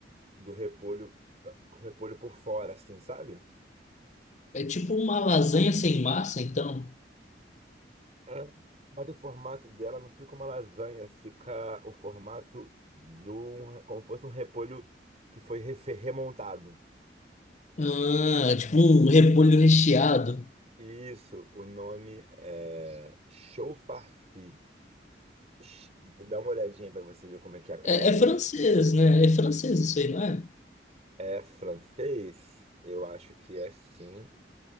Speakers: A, on the right; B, on the left.
A: do repolho, da- com o repolho por fora, assim, sabe?
B: é tipo uma lasanha sem massa, então.
A: Ah, Mas o formato dela não fica uma lasanha, fica o formato do, um, como se fosse um repolho que foi refe- remontado.
B: Ah, tipo um repolho recheado.
A: Isso, o nome é Chaufarci. Ch- Dá uma olhadinha pra você ver como é que é a cara
B: É,
A: dele.
B: é francês, né? É francês isso aí, não é?
A: É francês? Eu acho que é sim.